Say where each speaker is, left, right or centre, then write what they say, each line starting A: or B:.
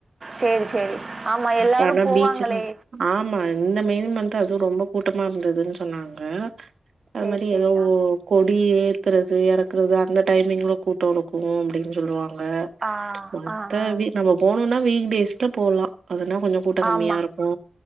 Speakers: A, on the right; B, on the right.
A: சேரி சேரி ஆமா எல்லாரு
B: பண
A: போவாங்களே
B: பீச்ல ஆமா இந்த மே மன்த்து அதுவு ரொம்ப கூட்டமா இருந்ததுன் சொன்னாங்க அது
A: சேரி
B: மாரி
A: சேரி
B: எதோ
A: ஆ
B: கொடி ஏத்தறது எறக்கறது அந்த டைமிங்லு கூட்டோ இருக்கு அப்டின்னு சொல்லுவா ங்க
A: ஆ
B: மத்தபடி
A: ஆ ஆ
B: நம்ம போணுன்னா வீக்டேஸ்ல போலா அதனா கொஞ்சோ கூட்டோ கம்மியா
A: ஆமா
B: இருக்கு